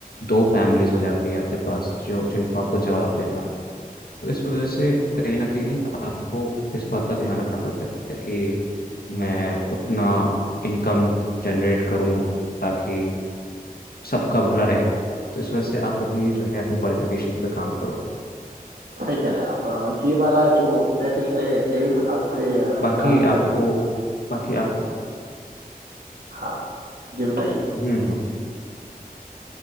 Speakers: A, on the left; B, on the right.
A: दो फैमिलीज हो जाती है आपके पास जो जिनको आपको जवाब देना है तो इस वजह से कहीं ना कहीं आपको इस बात का ध्यान रखना पड़ता है कि मैं उतना इनकम जनरेट करूं ताकि सबका भला रहे तो इस वजह से आप अभी जो है अपनी क्वालिफिकेशन पे काम करो
B: सही कह रहे हैं आप अ, ये वाला जो मैं पिछले डेढ़ साल से अ,
A: बाकी
B: काम का
A: आपको
B: जी
A: बाकी आप
B: हाँ जी बताइए
A: हम्म हम्म